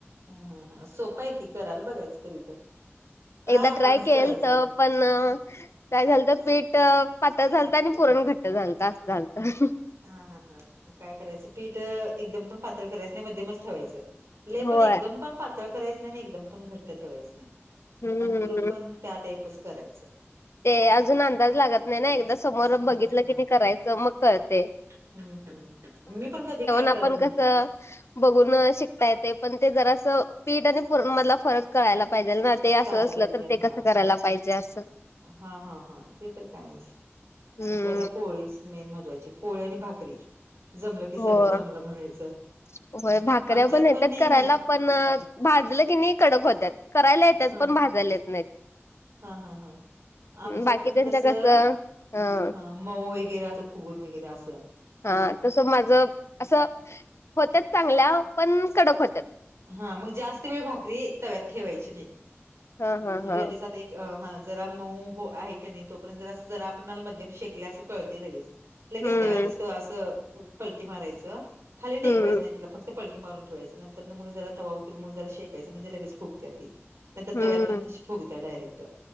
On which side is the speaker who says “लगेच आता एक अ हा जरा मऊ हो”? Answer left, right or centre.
Right